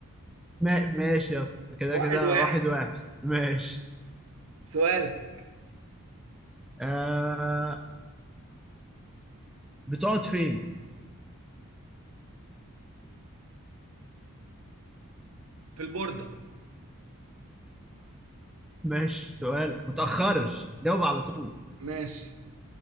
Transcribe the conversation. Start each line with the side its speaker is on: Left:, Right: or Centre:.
Centre: ما... ماشي يا اسطى كده
Right: واحد
Centre: كده
Right: واحد
Centre: واحد واحد ماشي
Right: سؤالك
Centre: آه بتقعد فين؟
Right: في البوردة
Centre: ماشي سؤالك متأخرش جاوب على طول
Right: ماشي